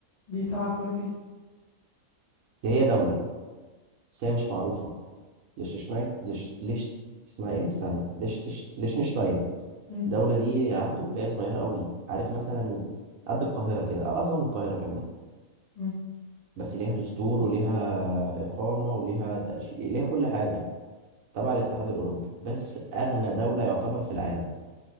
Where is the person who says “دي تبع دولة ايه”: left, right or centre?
Left